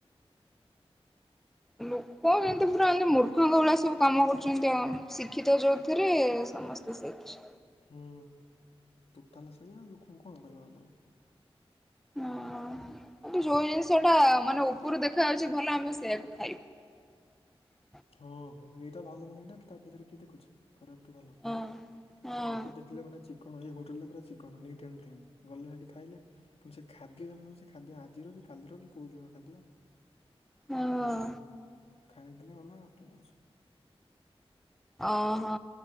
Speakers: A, in the centre; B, on the left.
A: ଲୋକ କେନ୍ତି ପୁରା ଅର୍ ମୁର୍ <unintelligible> ଭଳିଆ ସବୁ କାମ କରୁଛନ୍ତି ଆଉ। ଶିକ୍ଷିତ ଯଉଥିରେ
B: ଟୋ
A: ସମ <unintelligible>
B: ହୁଁ ଟୋଟାଲ ସେଇଆ ଲୋକଙ୍କୁ କଣ କହିବ ଆଉ ତମେ।
A: ହୁଁ।
B: ହଁ।
A: ଯୋଉ ଜିନିଷ ଟା ମାନେ ଉପରୁ ଦେଖା ଯାଉଛି ଭଲ ଆମେ ସେଇଆକୁ ଖାଇବୁ।
B: ହଁ ହଁ ଏଇଟା ଭଲ ମାନେ ଟା କି ତା ଭିତରେ କି ଦେଖୁଛି। ଖରାପ କି ଭଲ,
A: ହଁ ହଁ
B: ଲୋକ ଦେଖିଲେ ମାନେ ଚିକ କଣ ହୋଟେଲରେ ପୁରା ଚିକଣ ନିଟ୍ ଆଣ୍ଡ କ୍ଲିନ୍ ଗଲେ ସେଠି ଖାଇଲେ କିନ୍ତୁ ସେ ଖାଦ୍ୟ ଯେ ମିଳୁଛି ସେ ଖାଦ୍ୟ ଆଜିର କି କାଲିର କି କୋଉ ଦିନର ଖାଦ୍ୟ
A: ହଁ
B: ସେଇଟା ଖାଇ ଗଲେ ଗଲା ଆଉ କଣ ଅଛି।
A: ଓହୋ।